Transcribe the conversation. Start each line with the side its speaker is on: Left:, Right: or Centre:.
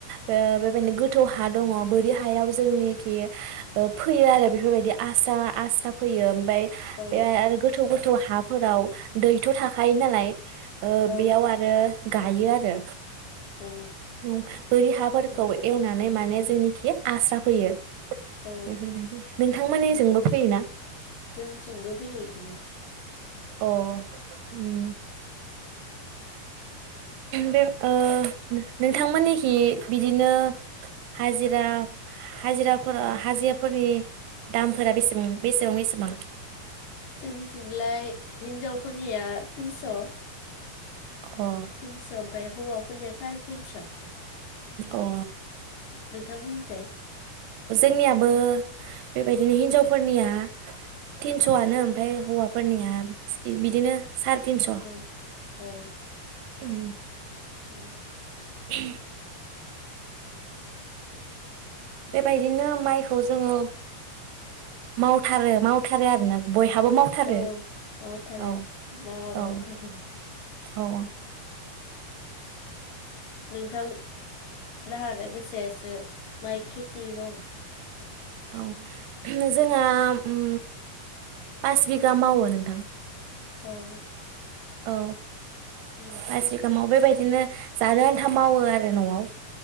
Right: बेबायदिनो
Left: औ
Right: गोथौ हा दङ बोरि हायाव जोंनिखि ओ फोयो आरो बेफोरबायदि आस्रा आस्रा फैयो। ओमफ्राय
Left: औ
Right: बे आरो गोथौ गो थौ हाफोराव दैथ थाखायो नालाय
Left: औ
Right: बेयाव आरो गाइयो आरो
Left: औ
Right: उम बोरि हाफोरखौ
Left: उम
Right: एवनानै मा ने जोंनिखि आस्रा फोयो।
Left: औ
Right: बेफोरबायदि नोंथांमोननिजोंबो
Left: उम
Right: फोयोना?
Left: जोंनिथिंबो फैयो इदिनो
Right: अ उम। बे ओ नोंथांमोननिखि बिदिनो हाजिरा हाजिराफोर ओ हाजिराफोरनि दामफोरा बेसेबां? बेसेबां बेसेबां?
Left: जोंनिथिंलाय हिनजावफोरनिया तिनस'
Right: अ
Left: तिनस' ओमफ्राय हौवाफोरनिया साराय तिनस'।
Right: अ।
Left: नोंथांमोननिसाय
Right: जोंनियाबो बेबायदिनो हिनजावफोरनिया तिनस' आनो ओमफ्राय हौवाफोरनिया बिदिनो साराय तिनस'
Left: ओ औ।
Right: उम।
Left: अ।
Right: <inaudible> बेबायदिनो माइखौ जोङो मावथारो मावथारो आरो ना बय हाबो मावथारो
Left: औ मावथारो
Right: औ
Left: मावाबा
Right: औ
Left: उफाय गैया।
Right: औ।
Left: नोंथां लाहारो बेसेसो माइ खेथि मावयो?
Right: औ जोंहा उम पास बिगा मावो नोंथां।
Left: औ
Right: औ
Left: उम
Right: बास बिगा मावो बेबादि बिदिनो जानो आन्था मावो आरो नआव।